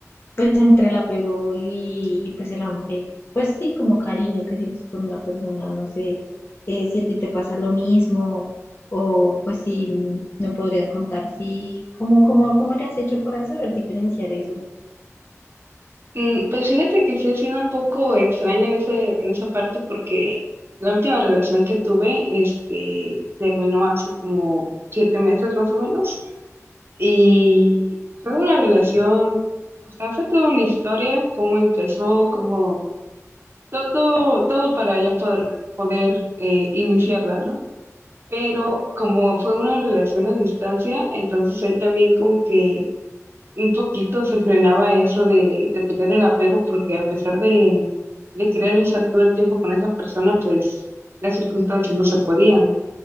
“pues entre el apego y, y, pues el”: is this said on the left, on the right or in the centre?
Left